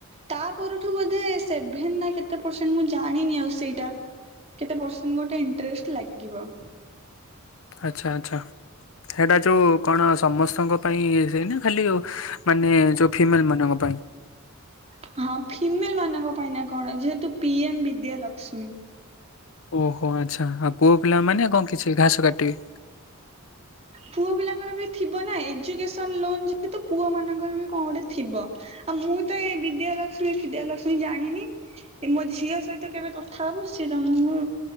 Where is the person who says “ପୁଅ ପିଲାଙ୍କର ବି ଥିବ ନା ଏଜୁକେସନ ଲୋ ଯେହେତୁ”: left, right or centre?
Right